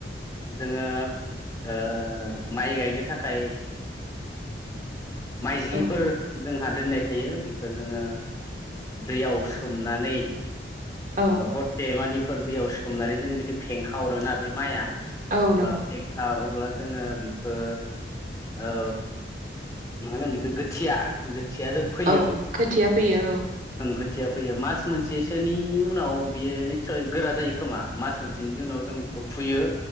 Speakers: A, on the left; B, on the right.
A: जोङो ओ माइ गायनो थाखाय माइज्लिफोर
B: औ
A: जोंहा दोननाय थायो बेखौ जोङो दैयाव सोमनानै
B: औ
A: ओ हरसे मानिफोर दैयाव सोमनानै जोङो बिदि फेंखाहरोना बे माइआ
B: औ
A: अब्ला
B: नंगौ
A: फेंकार अब्ला जोङो बेखौ औ मा होनगोन बेखौ गोथिया गोथिया जों फोयो
B: औ खोथिया फैयो
A: गोथिया फोयो मास मोनसेसोनि उनाव बेयो निसय गोरा जायो खोमा मास मोनसेनि उनाव जों खौ फुयो